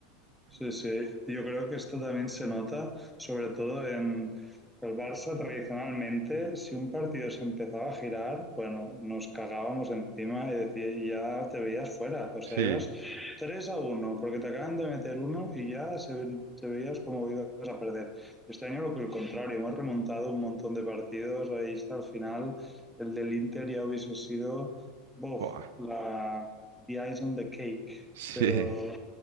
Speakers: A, in the centre; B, on the right.
A: Sí, sí, yo creo que esto también se nota, sobre todo en el Barça tradicionalmente, si un partido se empezaba a girar, bueno, nos cagábamos encima y decía, y ya te veías fuera, o sea,
B: Sí.
A: ibas 3 a uno porque te acaban de meter uno y ya se, ve- te veías como ibas a perder. Este año lo que el contrario, hemos remontado un montón de partidos, ahí está el final, el del Inter ya hubiese sido, buf,
B: Buah,
A: la, the ice on the cake,
B: sí.
A: pero...